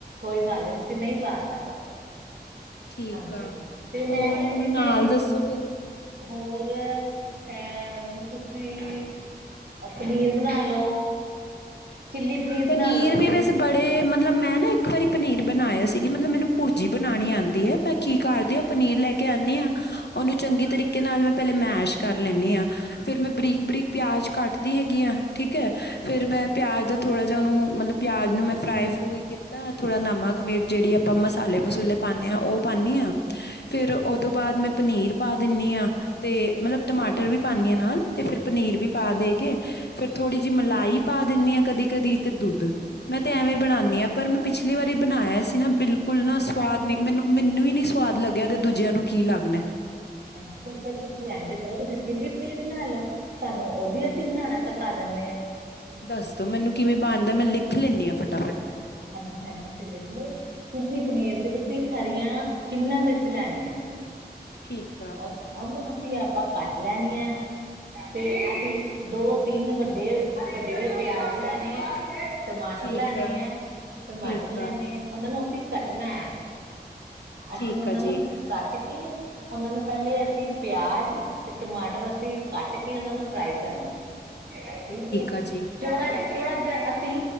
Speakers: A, on the right; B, on the left.
A: ਕੋਈ ਗੱਲ ਨਹੀਂ, ਤੁਸੀਂ ਨਹੀਂ ਪਾ ਸਕਦੇ।
B: ਠੀਕ
A: ਹਾਂਜੀ,
B: ਆ।
A: ਤੇ
B: ਹੋਰ
A: ਮੈਂ ਕਹਿੰਦੀ
B: ਮੈਨੂੰ ਨਾਲ
A: ਸੀ।
B: ਦੱਸੋ ਫਿਰ
A: ਹੋਰ ਅ। ਤੁਸੀਂ ਪਨੀਰ ਬਣਾ ਲਓ ਚਿੱਲੀ।
B: ਪਨੀਰ
A: ਬਣਾ ਲੋ ਤੁਸੀਂ
B: ਵੀ ਵੈਸ। ਬੜੇ ਮਤਲਬ ਮੈਂ ਨਾ ਇੱਕ ਵਾਰੀ ਪਨੀਰ ਬਣਾਇਆ ਸੀਗੀ ਮਤਲਬ ਮੈਨੂੰ ਭੁਰਜੀ ਬਣਾਉਣੀ ਆਉਂਦੀ ਹੈ। ਮੈਂ ਕੀ ਕਰਦੀ ਹਾਂ ਪਨੀਰ ਲੈ ਕੇ ਆਉਂਦੀ ਹਾਂ। ਉਹਨੂੰ ਚੰਗੀ ਤਰੀਕੇ ਨਾਲ ਮੈਂ ਪਹਿਲੇ ਮੈਸ਼ ਕਰ ਲੈਂਨੀ ਹਾਂ। ਫੇਰ ਮੈਂ ਬਰੀਕ-ਬਰੀਕ ਪਿਆਜ ਕੱਟਦੀ ਹੈਗੀ ਆ ਠੀਕ ਹੈ ਫੇਰ ਮੈਂ ਪਿਆਜ ਦਾ। ਥੋੜ੍ਹਾ ਜਿਹਾ ਉਹਨੂੰ ਮਤਲਬ ਪਿਆਜ਼ ਨੂੰ ਮੈਂ ਫਰਾਈ ਫਰੂਈ ਕੀਤਾ। ਥੋੜ੍ਹਾ ਨਮਕ, ਮਿਰਚ ਜਿਹੜੀ ਆਪਾਂ ਮਸਾਲੇ- ਮਸੂਲੇ ਪਾਉਦੇ ਹਾਂ, ਉਹ ਪਾਉਂਦੀ ਹਾਂ। ਫਿਰ ਉਹ ਤੋਂ ਬਾਅਦ ਮੈਂ ਪਨੀਰ ਪਾ ਦਿੰਦੀ ਹਾਂ ਤੇ ਮਤਲਬ ਟਮਾਟਰ ਵੀ ਪਾਉਂਦੀ ਹਾਂ ਨਾਲ। ਤੇ ਫਿਰ ਪਨੀਰ ਵੀ ਪਾ ਦੇ ਕੇ ਫੇਰ ਥੋੜ੍ਹੀ ਜੀ ਮਲਾਈ ਪਾ ਦਿੰਨੀ ਆ। ਕਦੀ-ਕਦੀ ਤੇ ਦੁੱਧ ਮੈਂ ਤੇ ਐਵੇਂ ਬਣਾਨੀ ਆ। ਪਰ ਮੈਂ ਪਿਛਲੀ ਵਾਰੀ ਬਣਾਇਆ ਸੀ ਨਾ ਬਿਲਕੁੱਲ ਨਾ ਸਵਾਦ ਨੀ ਮੈਨੂੰ ਮੈਨੂੰ ਈ ਨੀ ਸਵਾਦ ਲੱਗਿਆ ਤੇ ਦੂਜਿਆਂ ਨੂੰ ਕੀ ਲੱਗਨੈ।
A: ਹਾਂਜੀ। ਤੇ ਤੁਸੀਂ ਐਂਜ ਕਰੋ ਤੁਸੀਂ ਚਿੱਲੀ ਪਨੀਰ ਬਣਾ ਲੋ। ਤਾਂਨੂੰ ਓਦੀ ਅਸੀਂ ਬਣਾਣਾ ਸਖਾ ਦਨੇ ਆਂ।
B: ਦੱਸ ਦੋ ਮੈਨੂੰ ਕਿਵੇਂ ਬਣਦਾ ਮੈਂ ਲਿਖ ਲੈਂਨੀ ਆਂ ਫਟਾਫਟ।
A: ਹਾਂਜੀ-ਹਾਂਜੀ ਤੁਸੀ ਲਿਖ ਲੋ। ਚੀਲੀ ਪਨੀਰ ਤੇ ਤੁਸੀ ਹਰੀਆ ਸ਼ਿਮਲਾ ਮਿਰਚ ਲੈਣੀਐ।
B: ਠੀਕ ਆ
A: ਓਰ ਓਨੂੰ ਅਸੀਂ ਆਪਾਂ ਕੱਟ ਲੈਣੀ ਐ। ਤੇ ਅਸੀਂ ਦੋ, ਤਿੰਨ ਵੱਡੇ-ਵੱਡੇ ਹੋਏ ਪਿਆਜ ਲੈਣੇ ਐ। ਟਮਾਟਰ
B: ਠੀਕ
A: ਲੈਣੇ
B: ਆ
A: ਐ। ਟਮਾਟਰ
B: ਠੀਕ
A: ਲੈਣੇ
B: ਆ
A: ਐ ਓਨਾਂ ਨੂੰ ਅਸੀਂ ਕਟਨੈ। ਅਸੀਂ
B: ਠੀਕ
A: ਓਨਾਂ
B: ਆ
A: ਨੂੰ
B: ਜੀ
A: ਕੱਟ ਕੇ ਓਨਾਂ ਨੂੰ ਪੈਲੇ ਅਸੀਂ ਪਿਆਜ ਤੇ ਟਮਾਟਰ ਅਸੀਂ ਕੱਟ ਕੇ ਓਨਾਂ ਨੂੰ ਫਰਾਈ ਕਰਨਾ। ਠੀਕ ਏ।
B: ਆ ਜੀ
A: ਥੋੜਾ-ਥੋੜਾ ਜਾ ਅਸੀਂ